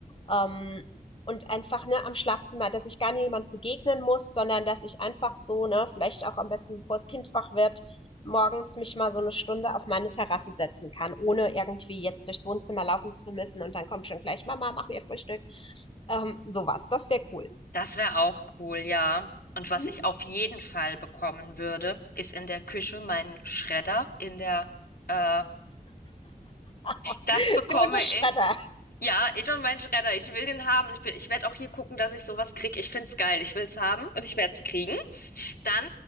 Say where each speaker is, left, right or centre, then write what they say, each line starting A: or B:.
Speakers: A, on the left (about 35°); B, on the left (about 70°).
A: ähm, und einfach ne, am Schlafzimmer, dass ich gar niemand begegnen muss, sondern dass ich einfach so, ne, vielleicht auch am besten, bevor das Kind wach wird, morgens mich mal so eine Stunde auf meine Terrasse setzen kann, ohne irgendwie jetzt durchs Wohnzimmer laufen zu müssen und dann kommt schon gleich Mama, mach mir Frühstück. Ähm, sowas, das wäre cool.
B: Das wäre auch cool, ja. Und
A: Mhm.
B: was ich auf jeden Fall bekommen würde, ist in der Küche mein Schredder. In der, äh,
A: <laughs>
B: das bekomme
A: Du und der Schredder.
B: ich. Ja, ich und mein Schredder. Ich will den haben. Ich, bin- ich werde auch hier gucken, dass ich sowas kriege. Ich find's geil. Ich will's haben und ich werde es kriegen. Dann